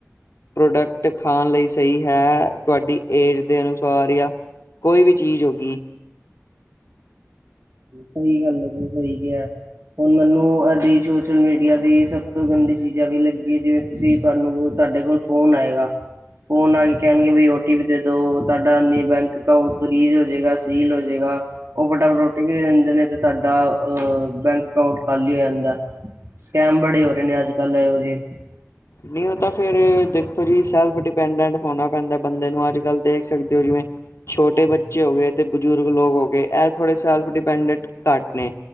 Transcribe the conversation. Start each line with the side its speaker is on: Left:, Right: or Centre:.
Left: ਪ੍ਰੋਡਕਟ ਖਾਣ ਲਈ ਸਈ ਹੈ, ਤੁਆਡੀ ਏਜ ਦੇ ਅਨੁਸਾਰ ਜਾ ਕੋਈ ਵੀ ਚੀਜ਼ ਹੋਗੀ।
Right: ਸਈ ਗੱਲ ਐ ਜੀ, ਸਈ ਕਿਐ । ਹੁਣ ਮੈਨੂੰ ਐਦੀ ਸੋਸ਼ਲ ਮੀਡੀਆ ਦੀ ਸਭ ਤੋਂ ਗੰਦੀ ਚੀਜ ਐ ਵੀ ਲੱਗੀ ਐ, ਜਿਵੇਂ ਤੁਸੀਂ ਤੁਆਨੂੰ ਤੁਆਡੇ ਕੋਲ ਫੋਨ ਆਏਗਾ। ਫੋਨ ਲਾ ਕੇ ਕਹਿਣਗੇ ਬਈ ਓ ਟੀ ਪੀ ਦੇ ਦੋ, ਤਾਡਾ ਬੈਂਕ ਅਕਾਂਟ ਫਰੀਜ਼ ਹੋਜੇਗਾ, ਸੀਲ ਹੋਜੇਗਾ। ਉਹ ਫਟਾਫਟ ਓ ਟੀ ਪੀ ਦੇ ਦਿੰਦੇ ਨੇ, ਤੇ ਤਾਡਾ ਅ ਬੈਂਕ ਅਕਾਊਂਟ ਖਾਲੀ ਹੋ ਜਾਂਦਾ। ਸਕੈਮ ਬੜੇ ਹੋ ਰਏ ਨੇ, ਅੱਜ ਕੱਲ੍ਹ ਇਹੋ ਜੇ ।
Left: ਨਈ ਉਹ ਤਾਂ ਫੇਰ ਦੇਖੋ ਜੀ ਸੈਲਫ ਡਿਪੈਂਡੈਂਟ ਹੋਣਾ ਪੈਂਦਾ ਬੰਦੇ ਨੂੰ, ਅੱਜ- ਕੱਲ ਦੇਖ ਸਕਦੇ ਹੋ ਜਿਵੇਂ ਛੋਟੇ ਬੱਚੇ ਹੋਗੇ, ਤੇ ਬਜ਼ੁਰਗ ਲੋਕ ਹੋਗੇ, ਐ ਥੋੜੇ ਸੈਲਫ ਡਿਪੈਂਡਟ ਘੱਟ ਨੇ।